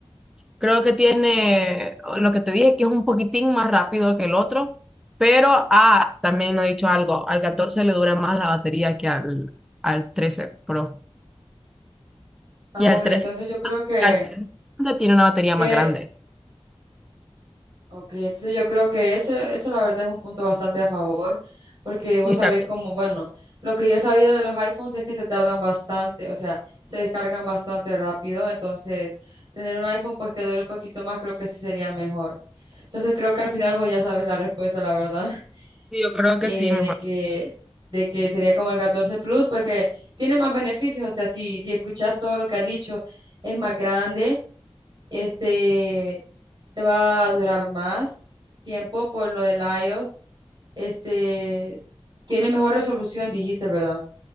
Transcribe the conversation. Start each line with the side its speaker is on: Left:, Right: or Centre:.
Centre: creo que tiene lo que te dije, que es un poquitín más rápido que el otro, pero, ah, también no he dicho algo, al 14 le dura más la batería que al, al 13 Pro
Right: Ah,
Centre: y al
Right: bueno,
Centre: trece
Right: entonces yo creo que...
Centre: al trece tiene una batería
Right: que
Centre: más grande.
Right: Ok, entonces yo creo que ese, eso la verdad es un punto bastante a favor, porque vos
Centre: Y
Right: sabés
Centre: también
Right: como, bueno, lo que yo sabía de los iPhones es que se tardan bastante, o sea, se descargan bastante rápido, entonces tener un iPhone pues que dure un poquito más creo que sí sería mejor. Entonces creo que al final vos ya sabes la respuesta, la verdad, <laughs>
Centre: Sí, yo creo
Right: eh,
Centre: que sí, mejor.
Right: de que, de que sería como el 14 Plus, porque tiene más beneficios, o sea, si, si escuchás todo lo que ha dicho, es más grande este, te va a durar más tiempo por lo del iOS, este, tiene mejor resolución, dijiste, ¿verdad?